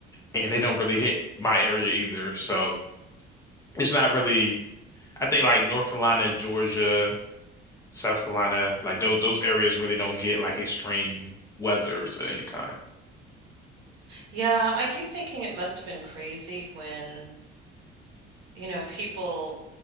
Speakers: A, on the left; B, on the right.
A: and they don't really hit my area either. So it's not really. I think like North Carolina, Georgia, South Carolina, like those those areas really don't get like extreme weathers of any kind.
B: Yeah, I keep thinking it must have been crazy when you know, people